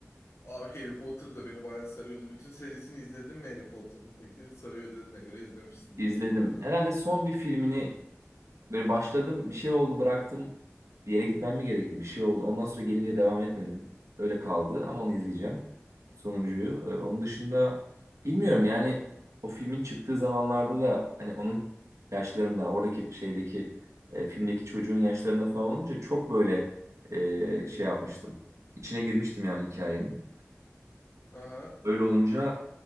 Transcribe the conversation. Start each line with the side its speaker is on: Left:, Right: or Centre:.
Left: Abi Harry Potter da beni bayağı sarıyordu. Bütün serisini izledin mi Harry Potter'ın? Peki sarıyor dediğine göre izlemişsindir
Right: İzledim.
Left: muhtemelen.
Right: Herhalde son bir filmini Böyle başladım bir şey oldu bıraktım. Bir yere gitmem mi gerekti? Bir şey oldu. Ondan sonra gelince devam etmedim. Öyle kaldı ama onu izleyeceğim. Sonuncuyu. Ee, onun dışında bilmiyorum yani o filmin çıktığı zamanlarda da hani onun yaşlarında oradaki şeydeki e, filmdeki çocuğun yaşlarında falan olunca çok böyle e, şey yapmıştım. İçine girmiştim yani hikayenin.
Left: Aha.
Right: Öyle olunca